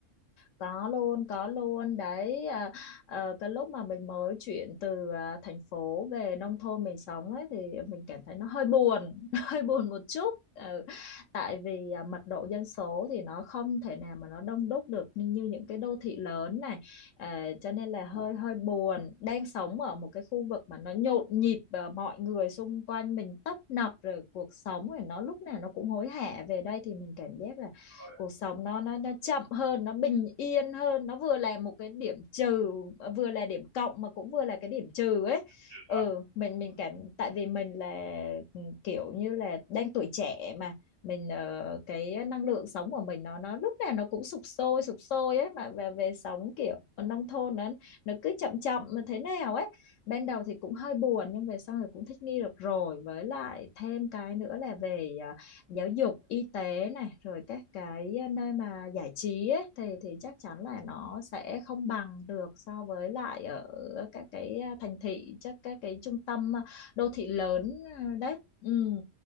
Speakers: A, on the left; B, on the right.
A: có luôn có luôn đấy à, ờ, cái lúc mà mình mới chuyển từ à, thành phố về nông thôn mình sống ấy thì mình cảm thấy nó hơi buồn <laughs> hơi buồn một chút Ừ, tại vì à, mật độ dân số thì nó không thể nào mà nó đông đúc được như, như những cái đô thị lớn này À, cho nên là hơi
B: Ừ,
A: hơi buồn đang sống ở một cái khu vực mà nó nhộn nhịp và mọi người xung quanh mình tấp nập rồi cuộc sống rồi nó lúc nào nó cũng hối hả về đây thì mình cảm giác là
B: rồi
A: cuộc sống nó nó nó chậm hơn nó bình yên hơn nó vừa là một cái điểm trừ ờ, vừa là điểm cộng mà cũng vừa là cái điểm trừ ấy
B: trừ
A: ừ
B: thôi
A: mình
B: Ừ.
A: mình cảm tại vì mình là ừ, kiểu như là đang tuổi trẻ mà mình ờ, cái năng lượng sống của mình nó nó lúc nào nó cũng sục sôi sục sôi ấy mà về về sống kiểu ở nông thôn nó nó cứ chậm chậm mà thế nào ấy ban đầu thì cũng hơi buồn nhưng về sau thì cũng thích nghi được rồi với lại thêm cái nữa là về à, giáo dục y tế này rồi các cái ờ, nơi mà giải trí ấy, thì thì chắc chắn là nó sẽ không bằng được so với lại ở các cái ờ, thành thị chắc các cái trung tâm ờ, đô thị lớn ờ, đấy ừ.